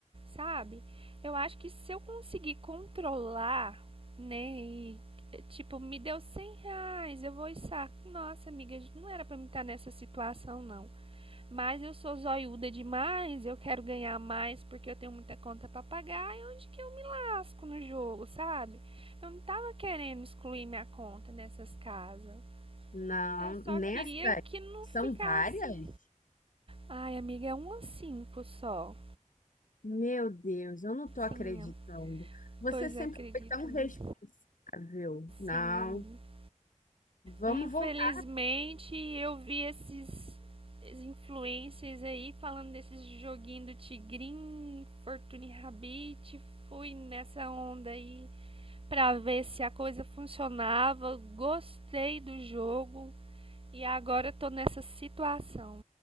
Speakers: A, on the right; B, on the left.
A: sabe? Eu acho que se eu conseguir controlar, né, e eh, tipo, me deu 100 reais, eu vou e saco. Nossa, amiga, não era pra mim estar nessa situação, não. Mas eu sou zoiuda demais, eu quero ganhar mais porque eu tenho muita conta para pagar e onde que eu me lasco no jogo, sabe? Eu não tava querendo excluir minha conta nessas casas.
B: Não,
A: Eu só
B: nessa
A: queria que não
B: são
A: ficasse.
B: várias?
A: Ai, amiga, é um a cinco só.
B: Meu Deus, eu não tô acreditando.
A: Sim,
B: Você
A: pois
B: sempre
A: acredita-me.
B: foi tão responsável. Não,
A: Sim, amiga.
B: vamos
A: Infelizmente,
B: voltar.
A: eu vi esses esses influencers aí falando desses joguinho do Tigrinho, Fortune Rabbit, fui nessa onda aí pra ver se a coisa funcionava. Gostei do jogo e agora eu tô nessa situação.